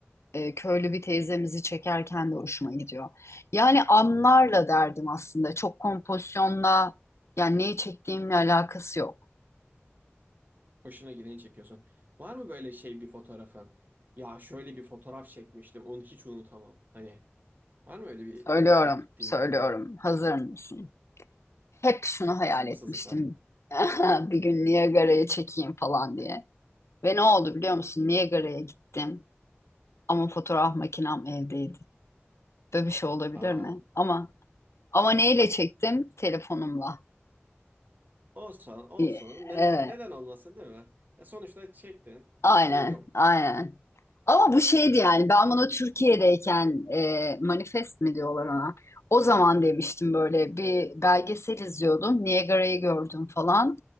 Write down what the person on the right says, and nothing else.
Hoşuna gideni çekiyorsun. Var mı böyle şey bir fotoğrafın? Ya şöyle bir fotoğraf çekmiştim, onu hiç unutamam. Hani var mı öyle bir
çektiğin
bir fotoğraf?
Sabırsızlıkla.
Aa,
olsun olsun.
Ne-
neden olmasın değil mi? Ya sonuçta çektin.
Şey yok.